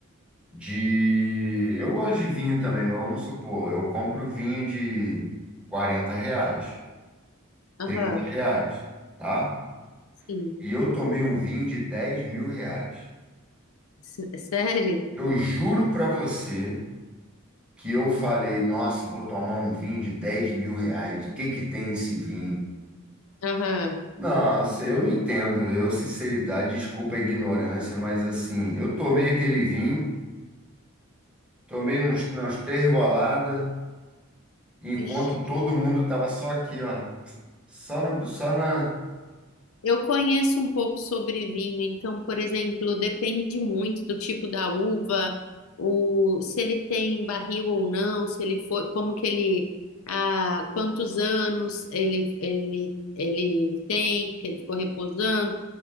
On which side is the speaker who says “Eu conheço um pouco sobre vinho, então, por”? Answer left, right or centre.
Left